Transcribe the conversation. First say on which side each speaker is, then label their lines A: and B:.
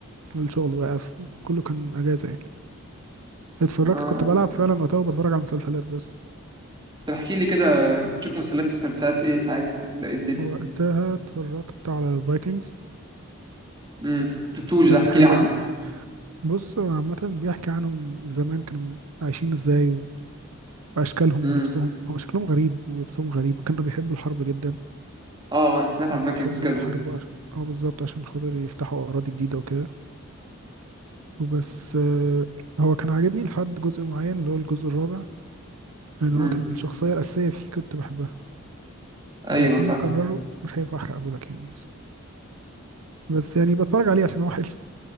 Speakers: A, on the right; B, on the right.
A: والشغل وقف وكله كان اجازه يعني اتفرجت
B: ما...
A: كنت بلعب فعلا وقتها وبتفرج على مسلسلات بس
B: طب احكي لي كده كنت بتشوف مسلسلات مسلسلات ايه ساعتها ولا ايه الدنيا
A: وقتها اتفرجت على الفايكنجز
B: امم شفتوش
A: كان
B: ده احكي
A: حلو
B: لي عنه
A: اوي بص هو عامه بيحكي عنهم زمان كانوا عايشين ازاي و- واشكالهم
B: امم
A: ولبسهم هو شكلهم غريب ولبسهم غريب وكانوا بيحبوا الحرب جدا
B: اه انا سمعت
A: وبيحبوا
B: عن فايكنجز كده
A: يحاربوا عشان اه بالظبط عشان خاطر يفتحوا اراضي جديده وكده وبس آه، هو كان عاجبني لحد جزء معين اللي هو الجزء الرابع يعني
B: امم
A: هو كان الشخصية الأساسية فيه كنت بحبها
B: ايوه
A: بس
B: فاهم
A: هم قرروا مش هينفع أحرقهولك يعني بس بس يعني بتفرج عليه عشان هو حلو